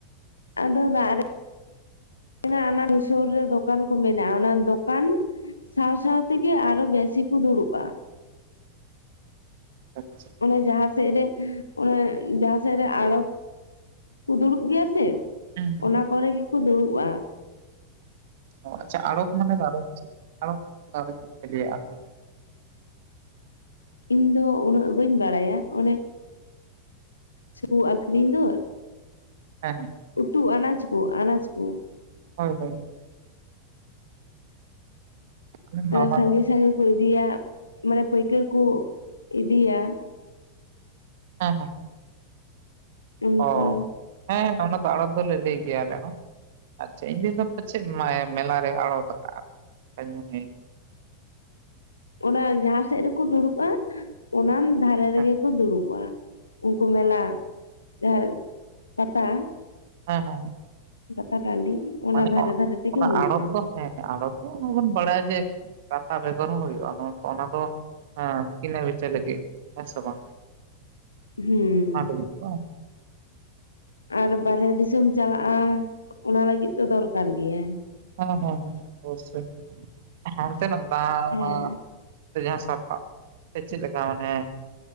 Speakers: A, on the left; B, on the right.
A: ᱟᱫᱚ ᱫᱟᱜ ᱨᱮ ᱢᱮᱱᱟᱜ ᱚᱱᱟ ᱥᱳᱨ ᱨᱮ ᱫᱚᱠᱟᱱ ᱠᱚ ᱢᱮᱱᱟᱜ ᱟ ᱚᱱᱟ ᱫᱚᱠᱟᱱ ᱾ ᱥᱟᱶ ᱥᱟᱶ ᱛᱮᱜᱮ ᱟᱨᱦᱚ ᱵᱮᱥᱤ ᱠᱩ ᱫᱩᱲᱩᱵ ᱟ᱾
B: ᱟᱪᱪᱷᱟ ᱾
A: ᱚᱱᱮ ᱡᱟᱦᱟ ᱥᱮᱫ ᱨᱮ ᱚᱱᱮ ᱡᱟᱦᱟ ᱥᱮᱫ ᱨᱮ ᱟᱲᱚᱛ ᱠᱩ ᱫᱩᱲᱩᱵ ᱜᱮᱭᱟ ᱥᱮ ᱾
B: ᱦᱩᱸ ᱦᱩᱸ
A: ᱚᱱᱟ ᱠᱚᱨᱮ ᱜᱮᱠᱚ ᱫᱩᱲᱩᱵ ᱟ ᱾
B: ᱚ ᱟᱪᱷᱟ ᱟᱨᱲᱚᱛ ᱢᱟᱱᱮ ᱟᱨᱚᱛ ᱪᱮᱜ ᱟᱨᱚᱛ ᱟᱨᱦᱚᱸ ᱪᱮᱜ ᱯᱮ ᱞᱟᱹᱭᱟ ᱟᱯᱮ
A: ᱤᱧ ᱫᱚ ᱩᱱᱟᱹᱜ ᱵᱟᱹᱧ ᱵᱟᱲᱟᱭᱟ ᱚᱱᱮ ᱥᱩᱫᱷᱩ ᱟᱹᱠᱨᱤᱧ ᱫᱳ ᱾
B: ᱦᱮᱜ ᱠᱟᱱᱟ ᱾
A: ᱩᱛᱩ ᱟᱱᱟᱡ ᱠᱳ ᱟᱱᱟᱡ ᱠᱳ ᱾
B: ᱦᱳᱭ ᱦᱳᱭ ᱾ ᱟᱞᱮ ᱢᱟ ᱚᱱᱟ
A: ᱥᱟᱹᱜᱤᱧ
B: ᱫᱚ
A: ᱥᱟᱹᱜᱤᱧ ᱠᱳ ᱤᱫᱤᱭᱟ ᱢᱟᱱᱮ ᱯᱟᱹᱭᱠᱟᱹᱨ ᱠᱳ ᱤᱫᱤᱭᱟ ᱾
B: ᱦᱮᱸ ᱦᱮᱸ ᱾
A: ᱚᱱᱠᱟ
B: ᱚ ᱦᱮᱸ ᱚᱱᱟ ᱫᱚ ᱟᱲᱚᱛ ᱫᱚᱞᱮ ᱞᱮᱭ ᱜᱮᱭᱟ ᱟᱞᱮ ᱦᱚᱸ ᱾ ᱟᱪᱪᱷᱟ ᱤᱧ ᱫᱩᱧ ᱫᱚ ᱯᱟᱪᱮᱫ ᱢᱟᱭᱟ ᱢᱮᱞᱟᱨᱮ ᱟᱲᱚᱛ ᱠᱟᱜ ᱟ ᱚᱱᱠᱟᱧ ᱢᱚᱱᱮ
A: ᱚᱱᱟ ᱡᱟᱦᱟ ᱥᱮᱫ ᱨᱮᱠᱚ ᱫᱩᱲᱩᱵ ᱟ ᱚᱱᱟᱱ ᱫᱷᱟᱨᱮ
B: ᱦᱮᱸ
A: ᱨᱮᱜᱮ ᱠᱚ ᱫᱩᱲᱩᱵ ᱟ ᱾ ᱩᱱᱠᱩ ᱢᱮᱱᱟᱜ ᱡᱟᱦᱟ ᱯᱟᱛᱟ ᱾
B: ᱦᱮᱸ ᱦᱮᱸ᱾
A: ᱯᱟᱛᱟ ᱴᱟᱺᱰᱤ ᱚᱱᱟ
B: ᱢᱟᱱᱮ
A: ᱫᱷᱟᱨᱮ ᱫᱷᱟᱨᱮ ᱛᱮᱜᱮ
B: ᱚᱱᱟ
A: ᱦᱩᱭᱩᱜ
B: ᱟᱲᱚᱛ
A: ᱟ ᱾
B: ᱫᱚ ᱦᱮᱸ ᱟᱲᱚᱛ ᱫᱚ ᱚᱱᱟᱵᱚᱱ ᱵᱟᱲᱟᱭᱟ ᱡᱮ ᱯᱟᱛᱟ ᱵᱮᱜᱚᱨ ᱦᱚᱸ ᱦᱳᱭᱳᱜ ᱟ ᱚᱱᱟ ᱫᱚ ᱦᱮᱸ ᱠᱤᱱᱟᱹ ᱵᱮᱪᱟᱹ ᱞᱟᱹᱜᱤᱫ ᱦᱮᱸ ᱥᱮ ᱵᱟᱝ?
A: ᱦᱩᱸ ᱾
B: ᱚᱱᱟ ᱞᱟᱹᱜᱤᱫ ᱵᱟᱝ ᱾
A: ᱟᱨ ᱵᱟᱨᱦᱮ ᱫᱤᱥᱚᱢ ᱪᱟᱞᱟᱜ ᱟ ᱚᱱᱟ ᱞᱟᱹᱜᱤᱫ ᱫᱚ ᱫᱚᱨᱠᱟᱨ ᱜᱮᱭᱟᱭ ᱾
B: ᱦᱮᱸ ᱦᱮᱸ ᱦᱮᱸ ᱳᱵᱳᱥᱳᱭ ᱚᱱᱛᱮᱱᱟᱜ ᱫᱟᱜ
A: ᱦᱮᱸ
B: ᱚᱱᱟ ᱾ ᱥᱮ ᱡᱟᱦᱟ ᱥᱟᱯᱟᱵ ᱠᱟᱱ ᱥᱮ ᱪᱮᱫ ᱞᱮᱠᱟ ᱢᱟᱱᱮ?